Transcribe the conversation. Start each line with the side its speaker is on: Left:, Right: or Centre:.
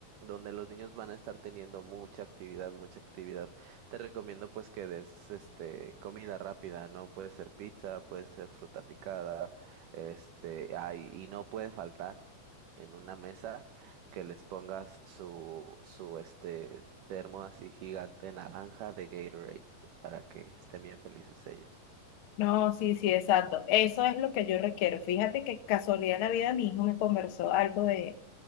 Right: donde los niños van a estar teniendo mucha actividad, mucha actividad. Te recomiendo pues que des este comida rápida, ¿no? Puede ser pizza, puede ser fruta picada este, ah, y, y no puede faltar en una mesa que les pongas su, su este termo así gigante naranja de Gatorade para que estén bien felices ellos.
Left: no, sí, sí, exacto. Eso es lo que yo requiero. Fíjate que casualidad de la vida, mi hijo me conversó algo de,